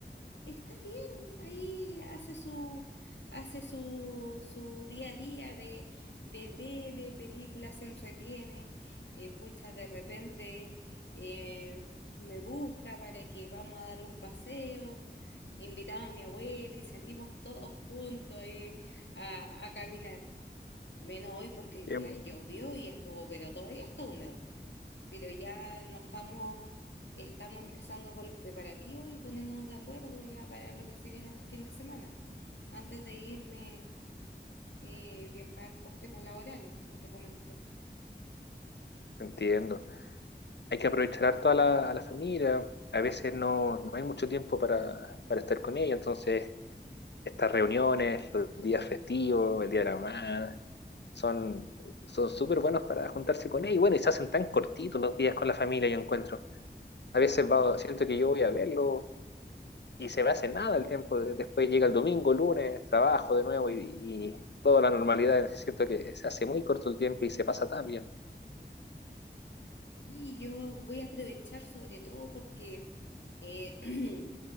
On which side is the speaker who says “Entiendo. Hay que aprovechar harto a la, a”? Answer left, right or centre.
Left